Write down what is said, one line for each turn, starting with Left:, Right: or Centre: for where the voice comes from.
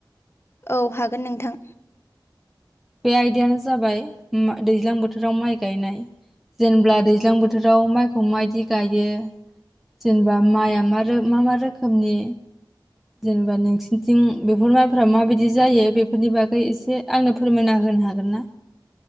Left: औ हागोन नोंथां
Centre: बे आयदायानो जाबाय मा दैज्लां बोथोराव माइ गायनाय जेनेबा दैज्लां बोथोराव माइखौ माआयदि गायो जेनेबा माइआ मा रो मा-मा रोखोमनि जेनेबा नोंसिनिथिं बेफोर माइफोरा माबायदि जायो बेफोरनि बागै एसे आंनो फोरमायना होनो हागोन ना